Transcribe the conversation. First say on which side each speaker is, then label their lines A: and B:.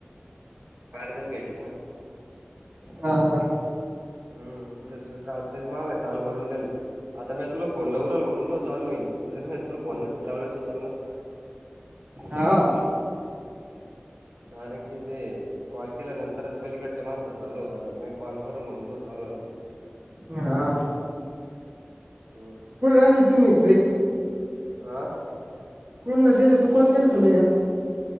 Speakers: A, on the right (about 50°); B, on the right (about 35°).
A: आरदल भेटले ना.
B: हा, का?
A: हम्म. त्याज का तेज माग चालू करून दिलं. आता म्या तुला फोन लावू राहिलो, म्हणून तो चालू हुईन. जर म्या तुला फोन नसता लावला तुझं चालू नसत झालं.
B: हां.
A: कारण की, ते कॉल केल्यानंतरच, पलीकडच्या माणसाचं चालू होतं. आता मी कॉल करल म्हणून तुजं चालू झालं.
B: ना हा.
A: अहं.
B: कुठून आणली तुम्ही ट्रीक?
A: आ.
B: कोण दिले, तो कोण गेलतं, लय आज?